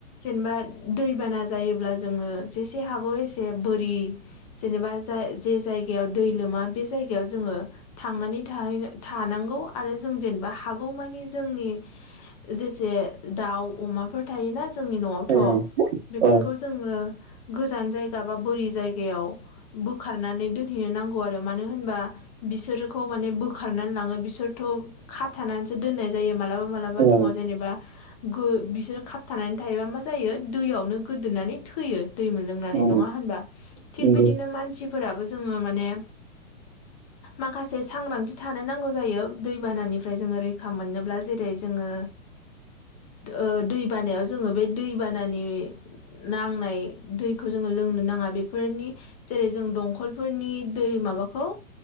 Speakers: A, on the left; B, on the right.
A: जेनेबा दैबाना जायोब्ला जोङो जेसे हागौ एसे बोरि जेनेबा जाय जे जायगायाव दै लोमा बे जायगायाव जोङो थांनानै थाहैनो थानांगौ आरो जों जेनेबा हागौ मानि जोंनि जेसे दाउ अमाफोर थायोना जोंनि न'आवथ'
B: अ
A: बेफोरखौ
B: अ
A: जोङो गोजान जायगा बा बोरि जायगायाव बोखारनानै दोनहैनो नांगौ आरो मानो होनबा बिसोरखौ माने बोखा खारनानै लाङो बिसोरथ' खाथानानैसो दोननाय जायो मालाबा मालाबा
B: अ
A: समाव जेनेबा गो बिसोर खाबथानानै थायोबा मा जायो दैयावनो गोदोननानै थैयो दै मोन लोंनानै
B: अ
A: नङा होनबा थिग
B: नंगौ
A: बिदिनो मानसि फोराबो जोङो माने माखासे सांग्रथि थानो नांगौ जायो दैबानानिफ्राय जोङो रैखा मोनोब्ला जेरै जोङो ओ दै बानायाव जोङो बे दैबानानि नांनाय दैखौ जोङो लोंनो नाङा। बेफोरनि जेरै जों दंखलफोरनि दै माबाखौ